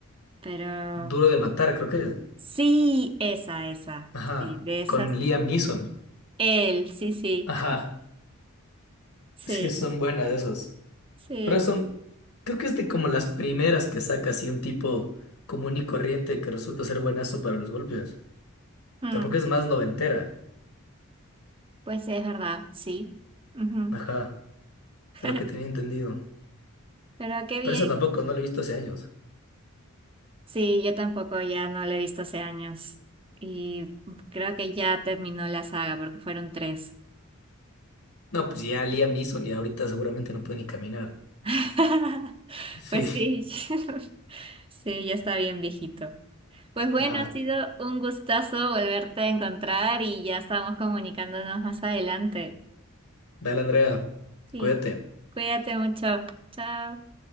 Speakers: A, on the right (about 25°); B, on the left (about 85°).
A: Pero
B: Duro de matar, creo que es.
A: sí, esa, esa.
B: Ajá.
A: Sí, de esa
B: Con Liam Neeson.
A: Él, sí, sí,
B: Ajá.
A: sí,
B: Sí, son buenas de esas.
A: sí.
B: Pero son, creo que es de como las primeras que saca así un tipo común y corriente que resulta ser buenazo para los golpes. O
A: Mm,
B: sea, porque es más noventera.
A: Pues sí, es verdad, sí. Ujú.
B: Ajá.
A: <laughs>
B: de lo que tenía entendido.
A: Pero qué bien.
B: Pero esa tampoco, no la he visto hace años.
A: Sí, yo tampoco ya no la he visto hace años. Y creo que ya terminó la saga porque fueron tres.
B: No, pues ya Liam Neeson y ahorita seguramente no puede ni caminar.
A: <laughs>
B: Sí,
A: Pues sí, <laughs> sí, ya está bien viejito. Pues bueno,
B: ajá.
A: ha sido un gustazo volverte a encontrar y ya estamos comunicándonos más adelante.
B: Dale, Andrea,
A: Sí,
B: cuídate.
A: cuídate mucho. Chao.